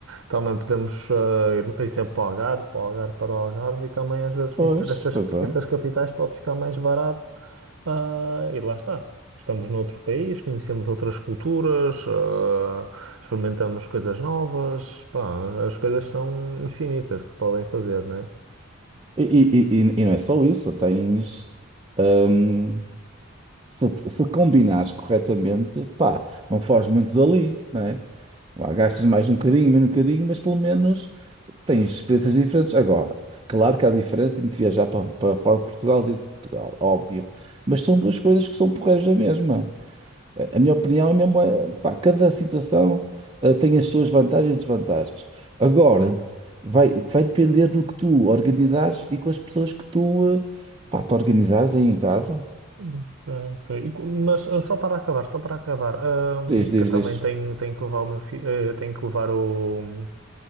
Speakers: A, on the right; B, on the right.
A: também podemos eh, ir, por exemplo, para o Algarve, para o Algarve, para o Algarve, e também às vezes
B: Pois,
A: conhecer essas,
B: pois é.
A: essas capitais pode ficar mais barato. Ah, e lá está. Estamos noutro país, conhecemos outras culturas, ah, experimentamos coisas novas. Pá, as coisas são infinitas que se podem fazer, não é?
B: E, e- e- e não é só isso, tens, hum, se, se combinares corretamente, pá, não foges muito dali, não é? Lá gastas mais um bocadinho, menos um bocadinho, mas pelo menos tens experiências diferentes agora. Claro que há diferença entre viajar para, para fora de Portugal e dentro de Portugal, óbvio. Mas são duas coisas que são porreiras da mesma. A a minha opinião é mesmo, eh, pá, cada situação eh, tem as suas vantagens e desvantagens. Agora, vai, vai depender do que tu organizares e com as pessoas que tu, eh, pá, te organizares aí em casa.
A: Ok, ok. E co- Mas ah, só para acabar, só para acabar, ahm,
B: Diz, diz,
A: que eu também
B: diz.
A: tenho, tenho que levar o meu filho, tenho que levar o,